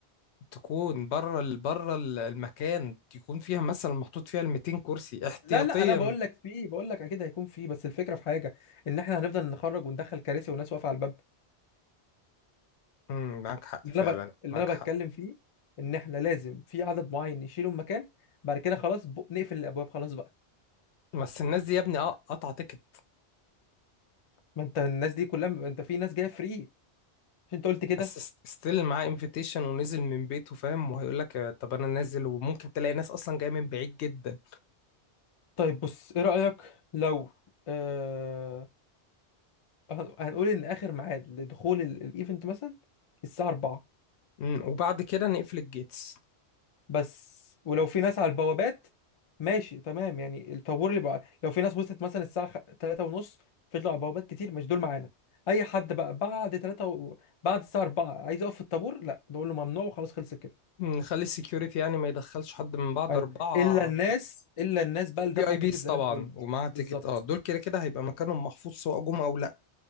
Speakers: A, on the left; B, on the left.
A: تكون بره ال... بره ال- المكان يكون فيها مثلا محطوط فيها ال 200 كرسي احتياطيا
B: لا لا انا بقول لك في بقول لك اكيد هيكون في بس الفكره في حاجه ان احنا هنفضل نخرج وندخل كراسي وناس واقفه على الباب
A: امم معاك حق
B: اللي
A: فعلا
B: انا ب... اللي
A: معاك
B: انا
A: حق
B: بتكلم فيه ان احنا لازم في عدد معين نشيله من مكان بعد كده خلاص ب... نقفل الابواب خلاص بقى
A: بس الناس دي يا ابني اه قطع تيكت
B: ما انت الناس دي كلها انت في ناس جايه فري مش انت قلت كده
A: بس ستيل معاه انفيتيشن ونزل من بيته فاهم وهيقول لك طب انا نازل وممكن تلاقي ناس اصلا جايه من بعيد جدا
B: طيب بص ايه رايك لو آه... هن- هنقول ان اخر ميعاد لدخول ال- الايفنت مثلا الساعه 4
A: مم، وبعد كده نقفل الجيتس
B: بس ولو في ناس على البوابات ماشي تمام يعني الطابور اللي بقى لو في ناس وصلت مثلا الساعه 3 ونص فضلوا على البوابات كتير مش دول معانا اي حد بقى بعد 3 و... بعد الساعه 4 عايز يقف في الطابور لا نقول له ممنوع وخلاص خلصت كده
A: نخلي السكيورتي يعني ما يدخلش حد من بعد
B: ايوه
A: أربعة
B: الا الناس الا الناس بقى اللي
A: في
B: دفع
A: اي
B: تيكت
A: بيس
B: زي
A: طبعا
B: ما انت قلت
A: ومعاه تيكت
B: بالظبط
A: اه دول كده كده هيبقى مكانهم محفوظ سواء جم او لا